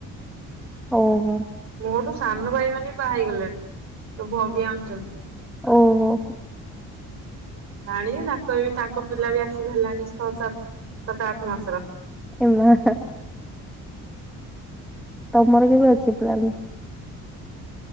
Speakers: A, in the centre; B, on the right (about 55°).
A: ଓହୋ
B: ମୋଠୁ ସାନ ଭାଇ ମାନେ ବାହା ହେଇଗଲେଣି ସବୁ ଅଗ୍ଞା ଆଛନ୍ତି।
A: ଓହୋ
B: ଜାଣିକି ତାଙ୍କ ଏ ତାଙ୍କ ପିଲା ବି ଆସିକି ହେଲାଣି ଛଅ ସାତ ସାତ ଆଠ ମାସର।
A: ଏ ମା ହ ତମର କେବେ ଅଛି ପ୍ଲାନ?